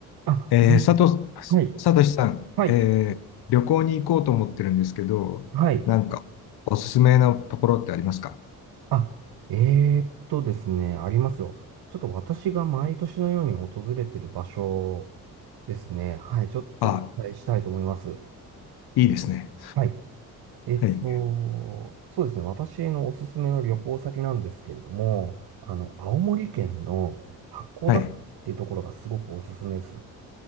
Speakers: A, on the right (about 65°); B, on the left (about 65°).
A: あ、
B: えー、さと、
A: はい、
B: さとしさん、
A: はい、
B: えー旅行に行こうと思ってるんですけど、
A: はい。
B: なんかおすすめのところってありますか
A: あ、えーっとですね、ありますよ。ちょっと私が毎年のように訪れてる場所ですね。はい、ちょっとお伝えしたいと思います。
B: あ、いいですね。
A: はい。えっと、
B: はい。
A: そうですね。私のおすすめの旅行先なんですけれども、あの、青森県の八甲田山っていうところがすごくおすすめです。
B: はい。